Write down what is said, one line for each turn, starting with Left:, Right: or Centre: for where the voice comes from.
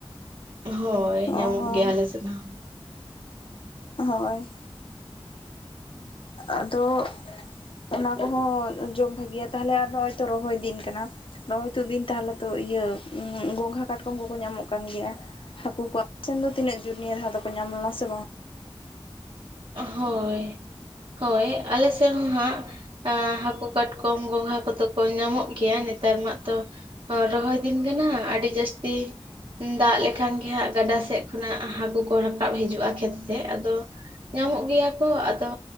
Right: ᱦᱳᱭ
Left: ᱚ ᱦᱚᱸ
Right: ᱧᱟᱢᱚᱜ ᱜᱮᱭᱟ ᱟᱞᱮ ᱥᱮᱮᱫ ᱦᱚᱸ᱾
Left: ᱦᱳᱭ ᱟᱫᱚ ᱚᱱᱟ ᱠᱚᱦᱚᱸ ᱡᱚᱢ ᱵᱷᱟᱜᱤᱭᱟ ᱛᱟᱦᱚᱞᱮ ᱟᱨ ᱱᱚᱜ-ᱚᱭ ᱛᱚ ᱨᱚᱦᱚᱭ ᱫᱤᱱ ᱠᱟᱱᱟ᱾ ᱨᱚᱦᱚᱭ ᱛᱩᱫ ᱫᱤᱱ ᱛᱟᱦᱚᱞᱮ ᱛᱚ ᱤᱭᱟᱹ ᱜᱚᱝᱜᱷᱟ ᱠᱟᱴᱠᱚᱢ ᱠᱚᱠᱚ ᱧᱟᱢᱚᱜ ᱠᱟᱱ ᱜᱮᱭᱟ᱾ ᱦᱟᱹᱠᱩ ᱠᱚ ᱥᱮᱱ ᱫᱚ ᱛᱤᱱᱟᱹᱜ ᱡᱩᱨ ᱱᱤᱭᱟᱹ ᱫᱷᱟᱣ ᱫᱚᱠᱚ ᱧᱟᱢ ᱞᱮᱱᱟ ᱥᱮ ᱵᱟᱝ?
Right: ᱦᱳᱭ, ᱦᱳᱭ ᱟᱞᱮ ᱥᱮᱫ ᱦᱚᱸ ᱦᱟᱸᱜ ᱟ ᱦᱟᱹᱠᱩ ᱠᱟᱴᱠᱚᱢ ᱜᱚᱝᱜᱷᱟ ᱠᱚᱫᱚ ᱠᱚ ᱧᱟᱢᱚᱜ ᱜᱮᱭᱟ ᱱᱮᱛᱟᱨ ᱢᱟᱜ ᱛᱚ ᱚ ᱨᱚᱦᱚᱭ ᱫᱤᱱ ᱠᱟᱱᱟ ᱟᱹᱰᱤ ᱡᱟᱹᱥᱛᱤ ᱩᱸ ᱫᱟᱜ ᱞᱮᱠᱷᱟᱱ ᱜᱮ ᱦᱟᱸᱜ ᱜᱟᱰᱟ ᱥᱮᱫ ᱠᱷᱚᱱᱟᱜ ᱦᱟᱹᱠᱩ ᱠᱚ ᱨᱟᱠᱟᱵ ᱦᱤᱡᱩᱜᱼᱟ ᱠᱷᱮᱛ ᱥᱮᱫ ᱟᱫᱚ ᱧᱟᱢᱚᱜ ᱜᱮᱭᱟ ᱠᱚ᱾ ᱟᱫᱚ